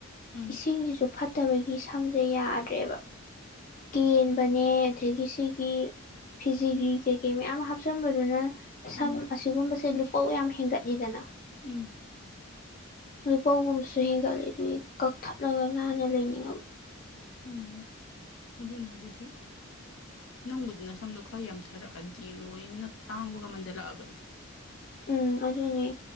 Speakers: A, on the left; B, on the left.
A: ꯎꯝ
B: ꯏꯁꯤꯡꯁꯤꯁꯨ ꯐꯠꯇꯕꯒꯤ ꯁꯝꯁꯦ ꯌꯥꯗ꯭ꯔꯦꯕ ꯀꯦꯟꯕꯅꯦ ꯑꯗꯒꯤ ꯁꯤꯒꯤ ꯐꯤꯖꯤꯒ꯭ꯔꯤ ꯀꯩ ꯀꯩ ꯃꯌꯥꯝ ꯍꯥꯞꯆꯟꯕꯗꯨꯅ ꯁꯝ
A: ꯎꯝ
B: ꯑꯁꯤꯒꯨꯝꯕꯁꯦ ꯂꯨꯄꯧ ꯌꯥꯝ ꯍꯦꯟꯒꯠꯂꯤꯗꯅ
A: ꯎꯝ
B: ꯂꯨꯄꯧꯒꯨꯝꯕꯁꯨ ꯍꯦꯟꯒꯠꯂꯤ ꯑꯗꯨꯒꯤ ꯀꯛꯊꯠꯂꯒ ꯅꯥꯟꯅ ꯂꯩꯅꯤꯡꯉꯕ
A: ꯎꯝ ꯃꯗꯨꯅꯕꯨꯗꯤ ꯅꯪꯕꯨꯗꯤ ꯅꯁꯝꯗꯣ ꯈꯔ ꯌꯥꯝꯊꯔꯛꯑꯗꯤ ꯂꯣꯏꯅ ꯇꯥꯡꯕꯒ ꯃꯟꯖꯜꯂꯛꯑꯕꯅꯦ
B: ꯎꯝ ꯑꯗꯨꯅꯦ